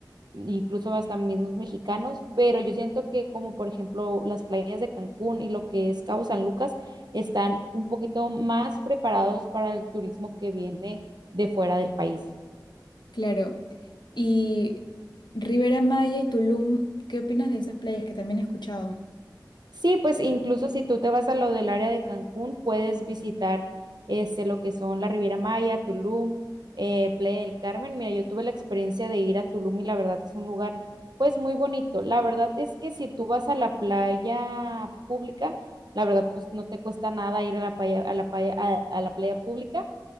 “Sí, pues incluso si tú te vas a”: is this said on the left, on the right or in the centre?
Right